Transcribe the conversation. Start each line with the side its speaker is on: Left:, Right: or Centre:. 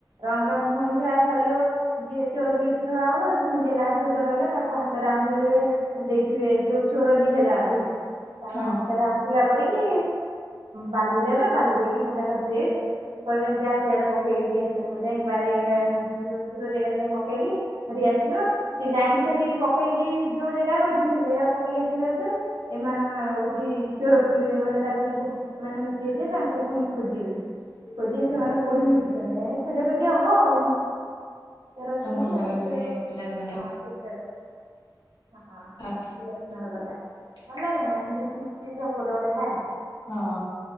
Right: ରଙ୍ଗରଙ୍ଗ ପୁଣି ଖେଳା ସରିବ ଯିଏ ଚୋର ପୁଲିସ ଖେଳା ହବ ପୁଣି ଯିଏ ଲାଷ୍ଟ ଚୋର ହେଲା ତାକୁ ହାତରେ ଆଙ୍ଗୁଳିରେ ଯୋଉ ଚୋର ଯିଏ ହେଲା ଅଧିକ ତା
Left: ହଁ।
Right: ହାତରେ ଆଣ୍ଠୁଳା କରିକି ବାଲି ଦେବେ ବାଲି ଦେଇକି କୁଟା କାଟି ଦେବେ ତାକୁ କହିବେନି ଯା ସେଆଡେ ପକେଇକି ଆସିବ ଯାଇି ଦୂର ଜାଗାରେ ଯାଇ ପକେଇକି ସେଠି ଆସିବ ସି ଯାଇକି ସେଠି ପକେଇକି ଯୋଉ ଜାଗା କହିିବ। ସେ ଜାଗାରେ ପକେଇକି ଆସିଲା ଭିତରେ ଏମାନେ ହଉଛି ଚୋରପୁଲି ମାନେ ତାଙ୍କୁ ମମାନେେ ନିଚି ଯେ ତାଙ୍କୁ ପୁଣି ଖୋଜିବି ଖୋଜି ସେମାନେ କୋଉଠି ନଚିଛନ୍ତି ଖୋଜା ଖୋଜି ହବ ଆଉ। ତରା
Left: ସେଟା
Right: ଭୁଲିଛି
Left: ଭଲ
Right: ଆଉର
Left: ଲାଗେ ସେ ପିଲାଦିନର
Right: ହଁ ସେ ହଁ।
Left: କଥା
Right: ଏଲପ ନଗିଲ ଭଲ ଲାଗେ ନା ଏଡି ସ୍ମୃତି ସବୁ ଗୋଟେ ଗୋଟେ ଖାଏ।
Left: ହଁ